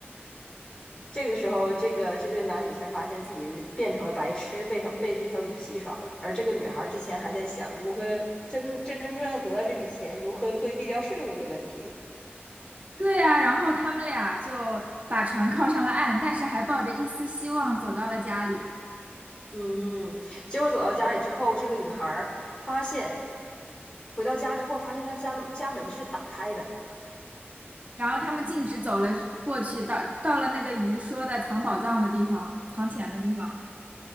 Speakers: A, on the left; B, on the right.
A: 这个时候，这个这对男女才发现自己变成了白痴，被他被这条鱼戏耍了。而这个女孩之前还在想如何真真真正正得到这笔钱，如何规避掉税务的问题。
B: 对呀、然后他们俩就把船靠上了岸，但是还抱着一丝希望走到了家里。
A: 嗯，结果走到家里之后，这个女孩发现，回到家之后发现她家的家门是打开的，
B: 然后他们径直走了过去，到到了那个鱼说的藏宝藏的地方，藏钱的地方，